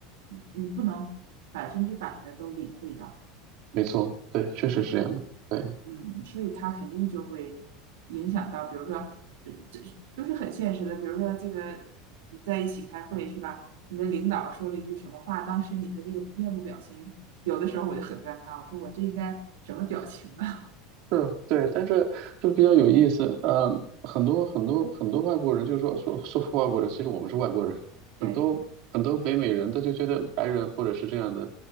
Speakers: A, on the right; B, on the right.
A: 你你不能百分之百的都领会到，
B: 没错，对，确实是这样的，
A: 嗯
B: 对，
A: 嗯，所以他肯定就会影响到，比如说，呃，这就是很现实的，比如说这个你在一起开会是吧？你的领导说了一句什么话，当时你的这个面部表情，有的时候我就很尴尬，我说我这应该什么表情啊？
B: 是，对，但是就比较有意思，呃，很多很多很多外国人就是说说说外国人，其实我们是外国人，
A: <laughs> 对
B: 很多很多北美人他就觉得白人或者是这样的，